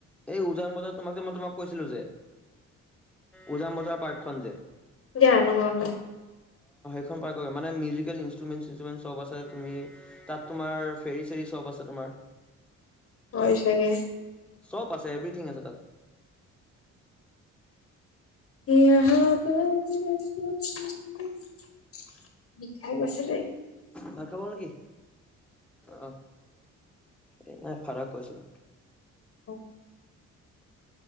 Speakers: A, in the centre; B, on the left.
A: এই উজান বজাৰ তোমাক যে মই তোমাক কৈছিলো যে উজান বজাৰ পাৰ্ক খন যে,
B: জানো মনত নাই।
A: এখন পাৰ্কৰ কৰে মানে মিউজিকেল ইনট্ৰুমেণ্টচ ইনটুমেণ্ট চবছে তুমি তাত তোমাৰ ফেৰী চেৰী চব আছে তোমাৰ
B: হয় চাগে
A: চব আছে এভৰিথিং আছে তাত।
B: <unintelligible> বিখায় গৈছে দেই।
A: ভাত খাব হ'ল নেকি অ এই নাই ফাৰক কৈ আছিলো।
B: অ